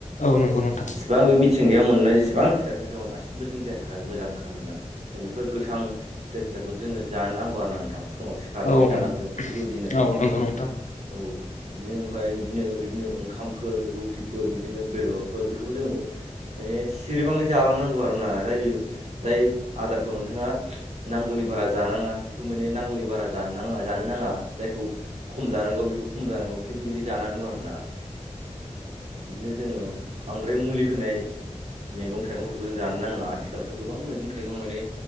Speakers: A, on the left (about 90°); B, on the right (about 65°).
A: औ नंगौ नोंथां।
B: सेबां बे मिथिंगायाव मोननाय जेसेबां फिथाइ फिथाइ दं गासिबो जों देहानि थाखाय मोजांखा आरोना। जों बेफोर गोथां फिथाइ सामथाइखौ जोङो जानो नांगौ आरोना नोंथां फुङाव सिख खारनानै
A: औ औ
B: जानांगौ थिग बेबायदिनो
A: नंगौ नोंथां
B: औ बिदिनो ओमफाय बिदिनो बिदिनो ओंखामफोर रुटिफोर बिदिनो बेदर फोर बेखोबो जोङो माने सिरिबाङै जालांनांगौ आरोना जाय बेबो जाय आदारखौ नोंथाङा नांगौनि बारा जानाङा बिखौ मोने नांगौनि बारा जानो नाङा जानो नाङा जायखौ खम जानांगौ बेखौ खम जानांगौ थिग बेबायदि जानांगौ आरोना बिदिनो जोङो बांद्राय मुलि होनाय मेगं थाइगंफोरखौ जों जानो नाङा आथिख खालावथ' गोबां मैगं थाइगं माने